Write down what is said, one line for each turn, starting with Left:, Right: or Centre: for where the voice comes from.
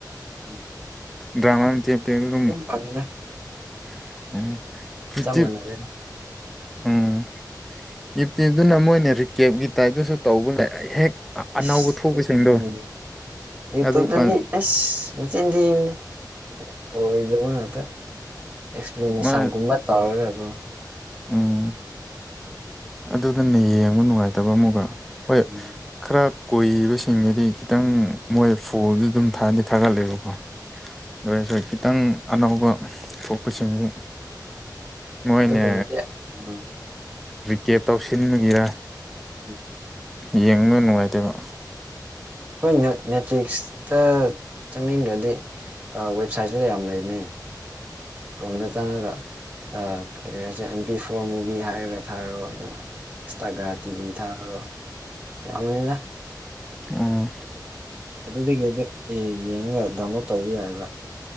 Right: ꯎꯝ
Centre: ꯗ꯭ꯥꯔꯃ ꯃꯇꯦꯛ ꯃꯇꯦꯛ ꯁꯨꯝ
Right: ꯐꯪꯉꯤꯅ
Centre: ꯎꯝ <unintelligible>
Right: ꯃꯥꯟꯅꯔꯦꯗ
Centre: ꯎꯝ ꯌꯨꯇ꯭ꯌꯨꯕꯇꯅ ꯃꯣꯏꯅ ꯔꯤꯀꯦꯞꯀꯤ ꯇꯥꯏꯞꯇꯁꯨ ꯇꯧꯕ ꯂꯩ ꯍꯦꯛ
Right: ꯑꯁ
Centre: ꯑꯅꯧꯕ ꯊꯣꯛꯄꯁꯤꯡꯗꯣ
Right: ꯎꯝ ꯌꯨꯇ꯭ꯌꯨꯕꯇꯗꯤ
Centre: ꯑꯗꯨ ꯀꯥꯟ
Right: ꯑꯦꯁ ꯃꯆꯤꯟ ꯊꯤꯕꯅꯦ ꯑꯣꯏꯗꯕ ꯉꯥꯛꯇ ꯑꯦꯛꯁꯄ꯭ꯂꯦꯅꯦꯁꯟꯒꯨꯝꯕ
Centre: ꯃꯥ
Right: ꯇꯧꯔꯒꯀꯣ
Centre: ꯎꯝ ꯑꯗꯨꯗꯅ ꯌꯦꯡꯕ ꯅꯨꯡꯉꯥꯏꯇꯕ ꯑꯃꯨꯛꯀ ꯍꯣꯏ
Right: ꯎꯝ
Centre: ꯈꯔ ꯀꯨꯏꯕꯁꯤꯡꯒꯤꯗꯤ ꯈꯤꯇꯪ ꯃꯣꯏ ꯐꯣꯟꯗꯨ ꯑꯗꯨꯝ ꯊꯥꯗꯤ ꯊꯥꯒꯠꯂꯦꯕꯀꯣ ꯗꯨꯑꯣꯏꯔꯁꯨ ꯈꯤꯇꯪ ꯑꯅꯧꯕ ꯊꯣꯛꯄꯁꯤꯡꯒꯤ ꯃꯣꯏꯅ
Right: ꯑꯗꯨꯒꯨꯝꯕꯗꯤ ꯎꯝ
Centre: ꯔꯤꯀꯦꯞ ꯇꯧꯁꯤꯟꯕꯒꯤꯔ
Right: <inaudible>
Centre: ꯌꯦꯡꯕ ꯅꯨꯡꯉꯥꯏꯇꯦꯕ
Right: ꯑꯩꯈꯣꯏ ꯅꯦꯠꯐ꯭ꯂꯤꯛꯁꯇ ꯆꯪꯅꯤꯡꯗ꯭ꯔꯗꯤ ꯑꯥ ꯋꯦꯕꯁꯥꯏꯠꯁꯨ ꯌꯥꯝ ꯂꯩꯕꯅꯤ ꯀ꯭ꯔꯣꯝꯗ ꯆꯪꯉꯒ ꯀꯔꯤ ꯍꯥꯏꯁꯦ ꯑꯦꯝ ꯄꯤ ꯐꯣꯔ ꯃꯨꯚꯤ ꯍꯥꯏꯔꯒ ꯊꯥꯔꯣ ꯑꯗꯨꯒ ꯁ꯭ꯇꯥꯒꯥ ꯇꯤꯚꯤ ꯊꯥꯔꯣ ꯌꯥꯝꯕꯅꯤꯗ
Centre: ꯑꯣ
Right: ꯑꯗꯨꯗꯒꯤ ꯑꯗꯨ ꯑꯦ ꯌꯦꯡꯉꯒ ꯗꯥꯎꯟꯂꯣꯗ ꯇꯧꯕ ꯌꯥꯏꯕ